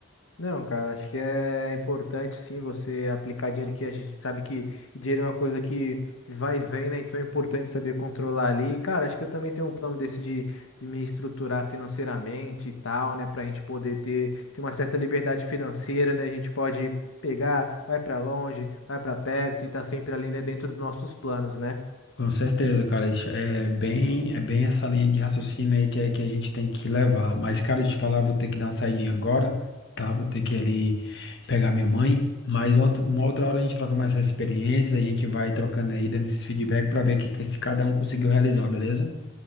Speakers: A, on the left; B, on the left.
A: Não, cara, acho que é importante sim você aplicar dinheiro que a gente sabe que dinheiro é uma coisa que que vai e vem, né? Então é importante saber controlar ali. Cara, acho que eu também tenho um plano desse de, de me estruturar financeiramente e tal, né? Pra gente poder ter, ter uma certa liberdade financeira, né? A gente pode pegar, vai pra longe, vai pra perto e tá sempre ali, né, dentro dos nossos planos, né?
B: Com certeza, cara, isso é bem, é bem essa linha de raciocínio aí que, é- que a gente tem que levar. Mas, cara, eu te falar, vou ter que dar uma saidinha agora, tá? Vou ter que ir ali pegar minha mãe. Mas uma, outra- uma outra hora a gente troca mais essas experiências, a gente vai trocando aí, dando esses feedback pra ver que, que se cada um conseguiu realizar, beleza?